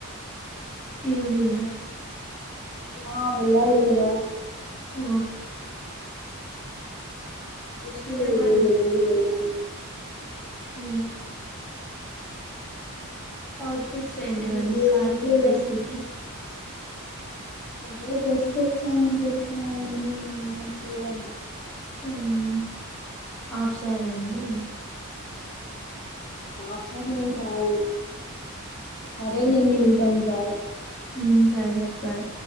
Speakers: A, in the centre; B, on the left.
A: ఈవినింగ్
B: ఆ వెళ్ళాలి కదా
A: ఆ
B: ఫస్ట్ ఇయర్
A: ఏమన్
B: కదండీ వెళ్ళాలి
A: ఉ ఔట్ ఫిట్స్ ఏంటివన్నీ
B: ఇంక ఏ
A: కాలేజ్స్కి
B: ఇంకెలా ఏదో డ్రెస్ తెచ్చాను తెచ్చుకున్నానండి చూడాలి
A: ఆ హాఫ్ సారే అండి
B: ఆఫ్ సారి ఏం కాదు సరేలేండి ఉంటాను బాయ్
A: ఉ సరే బాయ్